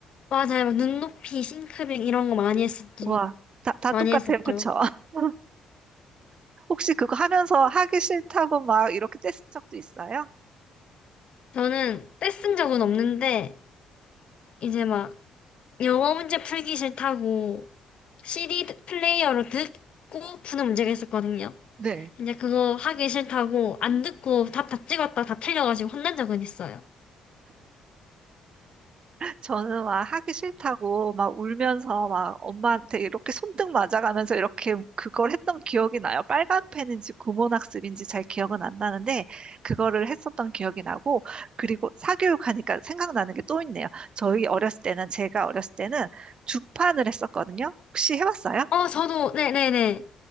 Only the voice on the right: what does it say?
와, 다, 다
똑같아요.
그쵸? <laughs> 혹시 그거 하면서 하기 싫다고 막 이렇게 떼쓴 적도 있어요?
네.
저는 막 하기 싫다고 막 울면서 막 엄마한테 이렇게 손등 맞아가면서 이렇게 그걸 했던 기억이 나요. 빨간 펜인지 구몬학습인지 잘 기억은 안 나는데 그거를 했었던 기억이 나고 그리고 사교육하니까 생각나는 게 또 있네요. 저희 어렸을 때는 제가 어렸을 때는 주판을 했었거든요. 혹시 해봤어요?